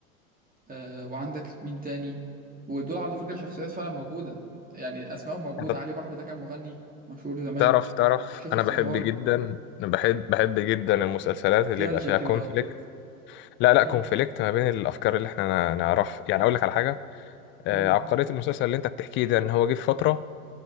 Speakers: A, on the right; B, on the left.
A: آه وعندك مين تاني ودول على فكرة شخصيات فعلا موجودة يعني أسمائهم موجودة
B: انت
A: علي بحر ده كان مغني مشهور زمان
B: تعرف تعرف
A: والشيخ الزهار
B: انا بحب جدا أنا بحب بحب جدا المسلسلات
A: نوستالجيا
B: اللي يبقى فيها
A: كده
B: كونفليكت
A: اه
B: لا لا
A: مم،
B: كونفليكت ما بين الافكار اللي احنا نا- نعرف يعني اقول لك على حاجه آه،
A: مم،
B: عبقريه المسلسل اللي انت بتحكيه ده ان هو جه في فتره